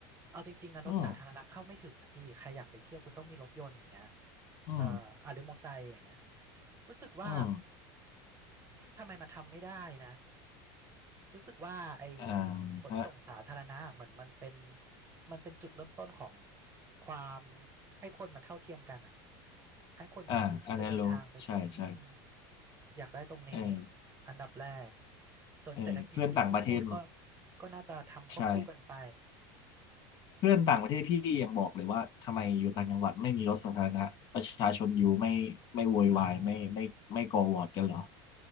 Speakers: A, on the right (about 25°); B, on the left (about 40°).
A: เอาจริงๆนะรถสาธารณะเข้าไม่ถึงนะพี่ใครอยากไปเที่ยวคุณต้องมีรถยนต์อย่างเงี้ย
B: อืมอืม
A: เอ่ออ่ะหรือมอเตอร์ไซค์อย่างเงี้ยรู้สึกว่า
B: อืม
A: อืมทำไมมันทำไม่ได้นะรู้สึกว่าไอ้
B: อ่า
A: ขนส่งสาธารณะเหมือนมันเป็น
B: ฮะ
A: มันเป็นจุดเริ่มต้นของความให้คนมันเท่าเทียมกันอ่ะให้คนมีสิทธิ์ที่จะเดินทางไปที่อืม
B: อ่าอันนั้นรู้ใช่ใช่
A: อยากได้ตรงนี้
B: เออ
A: อันดับแรกส่วนเศรษฐกิจที่พี่พูดก็
B: เออเพื่อนต่างประเทศ
A: ก็น่าจะทำควบคู่กันไป
B: ใช่เพื่อนต่างประเทศพี่ยังบอกเลยว่าทำไมอยู่ต่างจังหวัดไม่มีรถสาธารณะประชาชนอยู่ไม่ไม่โวยวายไม่ไม่ไม่ก่อวอร์ดกันเหรอ
A: อ่า